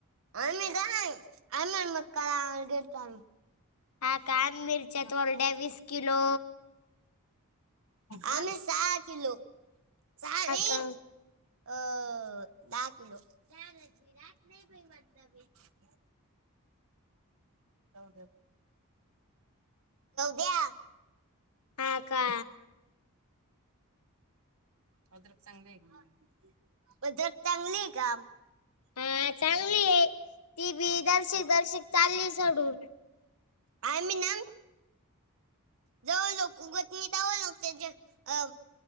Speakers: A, on the right; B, on the left.
A: आम्ही काय आणा मग काय देताल केलतो आम्ही.
B: हा काल मिरच्यात तोरड्या वीस किलो हा
A: आम्ही सहा किलो सहा नाही
B: का
A: अ दहा किलो ध्यानात बी राहत नाही बाई माझ्या काय जाऊ द्या
B: हा का
A: अद्रक चांगली आहे का उद्रक चांगली आहे का हम <unintelligible>
B: हा चांगली आहे ती बी जराशी जराशी चालली सोडून
A: आम्ही ना जवळ लोक उगत नाही तरी लावतोय ज अ